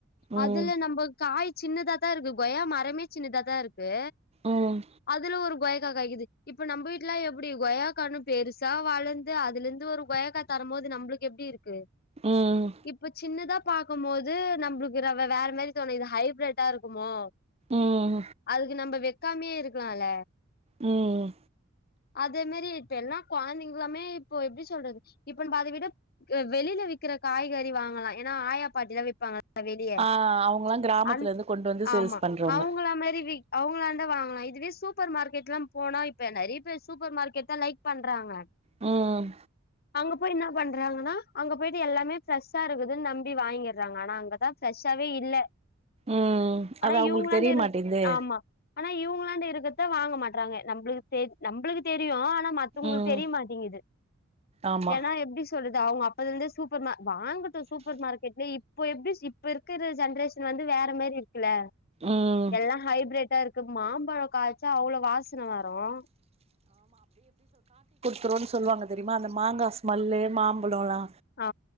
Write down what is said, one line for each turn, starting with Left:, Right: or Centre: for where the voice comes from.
Right: ம்
Left: அதுல நம்ப காய் சின்னுதக் தா இருக்கு கொய்யா மரமே சின்னுதாதா இருக் டு
Right: ம்
Left: அதுல ஒரு கொய் கா காய்க்து இப்ப நம்ப வீட்டுல எப்டி கொய்யாக்கனு பெருசா வளந்து அதுலந்து ஒரு கொய்யாக்கா தரும்போது நம்பளுக் எப்டி இருக்கு
Right: ம்
Left: இப்ப சின்னுதாப் பாக்கும் போது நம்பளுக்கு ரவ வேற மாரி தோணும் இது ஹைப்ரட்டா இருக்குமோ
Right: ம்
Left: அதுக்கு நம்ப வெ கம்மிய இருக்கலால
Right: ம் ம்
Left: அதே மாரி இப்ப எல்லா கொழந்தைங்கலாமே இப்போ எப்டி சொல்றது இப்ப நம்ப அதா விட க வெளியல விக்கிற காய்கறி வாங்கலா ஏனா ஆயா பாட்டி தா விப்பாங்க வெளியே
Right: ஆ அவங்கல்லா கிராமத்துல
Left: அந்
Right: இருந்து கொண்டு வந்து சேல்ஸ்
Left: ஆமா
Right: பண்றவங்க
Left: அவுங்கள மாரி விக் அவுங்கலாண்ட வாங்கலா இதுவே ஸ் சூப்பர் மார்க்கெட்ல்லா போன இப்ப நறைய பேர் சூப்பர் மார்க்கெட் தா லைக் பண்றாங்க
Right: ம்
Left: அங்க போய் ன்ன பண் றாங்கன்னா அங்க போயிட்டு எல்லாமே ஃப்ரெஷ்ஷா இருக்குதுன் நம்பி வாங்கிறாங்க ஆனா அங்கதா ஃப்ரெஷ்ஷாவே இல்ல.
Right: ம்
Left: ஆனா
Right: அது அவங்களுக்கு
Left: இவுங்களாண்ட
Right: தெரிய
Left: இருக்
Right: மாட்டேங்குதே
Left: ஆமா ஆனா இவுங்களாண்ட இருக் த் த வாங்க மாட்டறாங்க நம்பளுக் தெ நம்பளுக்கு தெரியும் ன மத்தவங்களுக்கு
Right: ம்
Left: தெரிய மாட்டேங்கிது
Right: ஆமா
Left: ஏனா எப்டி சொ து அவுங்க அப்பதலந்து சூப்பர் மா வாங்கட்டும் சூப்பர் மார்க்கெட்ல இப்போ எப்டி இப்ப இருக்கற ஜென்ரேஷன் வந்து வேற மாரி இருக் குல்லா
Right: ம்
Left: எல்லா ஹைப்ரட்ட இருக் கு மாம்பழ காய்க் க அவ்ளோ வாசன வரும்
Right: த்ரோன்ஸ் சொல்வாங்க தெரிம்மா அந்த மாங்கா ஸ்மெல்லு மாம் பலோலா
Left: ஆ